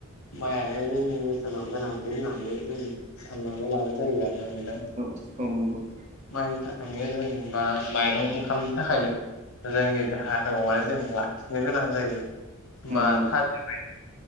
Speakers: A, on the left; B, on the right.
A: माइआनो जोंनि ओनसोलाव गोनांथि होननानै जों सानानैबो लानाय जायो आरो नोंथां।
B: उसु नंगौ
A: माइनि थाखायनो जों एबा माइरं ओंखामनि थाखायनो जोंनि देहाखौ माने जों लाखिनो गोनां जायो
B: औ
A: बा
B: नंगौ
A: थाजोबाय <unintelligible>